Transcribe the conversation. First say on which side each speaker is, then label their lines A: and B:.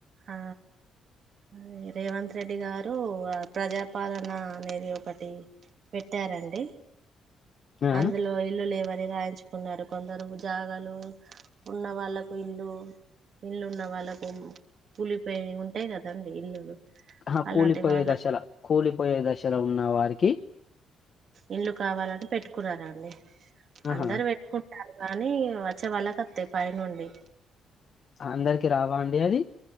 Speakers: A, on the right; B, on the left.
A: ఆ అద్ రేవంత్ రెడ్డి గారు ప్రజాపాలన అనేది ఒకటి పెట్టారండి
B: ఆ
A: అందులో ఇల్లులేవరెవ్ రాయించుకున్నారు కొందరు జాగాలు ఉన్న వాళ్ళకు ఇల్లు ఇల్లు ఉన్న వాళ్ళకు కూలిపోయి ఉంటాయి కదండి ఇల్లులు
B: ఆ
A: అలాంటి
B: కూలిపోయే
A: వాళ్ళకు
B: దశల కూలిపోయే దశలో ఉన్న వారికి
A: ఇళ్లు కావాలని పెట్టుకున్నారండి
B: ఆహా
A: అందరు పెట్టుకుంటారు కానీ వచ్చే వాళ్ళకత్తయ్ పై నుండి
B: అందరికి రావ అండి అది